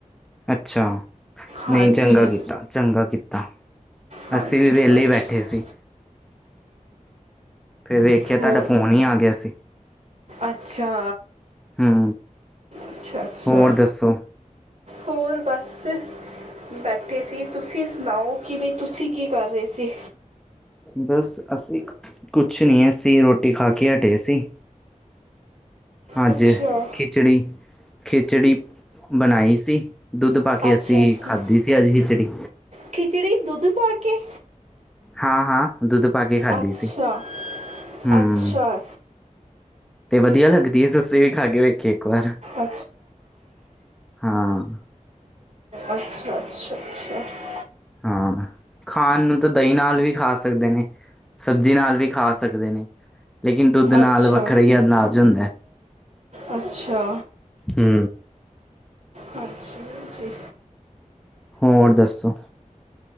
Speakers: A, in the centre; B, on the right.
A: ਅੱਛਾ।
B: ਹਾਂਜੀ
A: ਨਹੀਂ ਚੰਗਾ ਕੀਤਾ, ਚੰਗਾ ਕੀਤਾ।
B: ਹਾਂਜੀ
A: ਅੱਸੀ ਵੀ ਵਿਹਲੇ
B: ਹਾਂਜੀ
A: ਹੀ ਬੈਠੇ ਸੀ। ਫਿਰ ਵੇਖਿਆ ਤੁਹਾਡਾ
B: ਹੋਰ
A: ਫੋਨ ਹੀ ਆ ਗਿਆ ਸੀ।
B: ਅੱਛਾ।
A: ਹੂੰ
B: ਅੱਛਾ- ਅੱਛਾ।
A: ਹੋਰ ਦੱਸੋ?
B: ਹੋਰ ਬਸ, ਬੈਠੇ ਸੀ ਤੁਸੀਂ ਸੁਣਾਓ ਕਿ ਬਈ ਤੁਸੀਂ ਕੀ? ਕਰ ਰਹੇ ਸੀ।
A: ਬਸ ਅਸੀਂ, ਕੁਛ ਨਹੀਂ ਅਸੀਂ ਰੋਟੀ ਖਾ ਕੇ ਹਟੇ ਸੀ। ਹਾਂਜੀ,
B: ਅੱਛਾ
A: ਖਿਚੜੀ- ਖਿਚੜੀ ਬਣਾਈ ਸੀ। ਦੁੱਧ ਪਾ ਕੇ
B: ਅੱਛਾ
A: ਅਸੀਂ
B: ਅੱਛਾ
A: ਖਾਧੀ ਸੀ ਅੱਜ ਖਿਚੜੀ।
B: ਖਿਚੜੀ ਦੁੱਧ ਪਾ ਕੇ।
A: ਹਾਂ- ਹਾਂ। ਦੁੱਧ ਪਾ ਕੇ ਖਾਧੀ
B: ਅੱਛਾ
A: ਸੀ। ਹੂੰ
B: ਅੱਛਾ
A: ਤੇ ਵਧੀਆ ਲੱਗਦੀ ਹੈ ਤੁਸੀਂ ਵੀ ਖਾਗੇ ਵੇਖੇ ਇੱਕ ਵਾਰ।
B: ਅੱਛਾ
A: ਹਾਂ।
B: ਅੱਛਾ- ਅੱਛਾ -ਅੱਛਾ।
A: ਹਾਂ। ਖਾਣ ਨੂੰ ਤਾਂ ਦਹੀਂ ਨਾਲ ਵੀ ਖਾ ਸਕਦੇ ਨੇ। ਸਬਜ਼ੀ ਨਾਲ ਵੀ ਖਾ ਸਕਦੇ ਨੇ। ਲੇਕਿਨ ਦੁੱਧ ਨਾਲ
B: ਅੱਛਾ
A: ਵੱਖਰਾ ਹੀ ਅੰਦਾਜ਼ ਹੁੰਦਾ ਹੈ
B: -ਅੱਛਾ।
A: ਹੂ
B: ਹਾਂਜੀ- ਹਾਂਜੀ।
A: ਹੋਰ ਦੱਸੋ?